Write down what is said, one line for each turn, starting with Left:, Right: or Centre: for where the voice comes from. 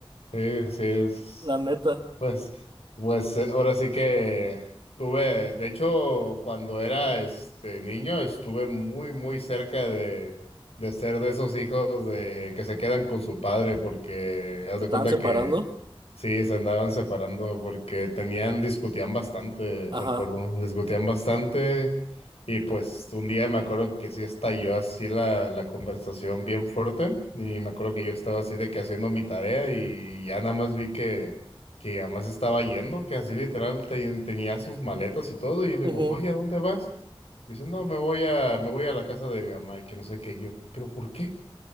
Left: sí, sí es.
Right: La neta,
Left: Pues, pues eh, ahora sí que tuve, de hecho, cuando era este niño, estuve muy, muy cerca de, de ser de esos hijos de que se quedan con su padre, porque haz
Right: ¿se
Left: de
Right: estaban
Left: cuenta
Right: separando?
Left: que Sí, se andaban separando porque tenían, discutían bastante,
Right: Ajá.
Left: recuerdo, discutían bastante y pues un día me acuerdo que sí estalló así la, la conversación bien fuerte y me acuerdo que yo estaba así de que haciendo mi tarea y ya nada más vi que, que además estaba yendo, que así literal te- tenía sus maletas y todo y le
Right: ujú.
Left: digo, oye, ¿a dónde vas? Me dice, no, me voy a, me voy a la casa de mi mamá y que no sé qué, Y yo, pero ¿por qué?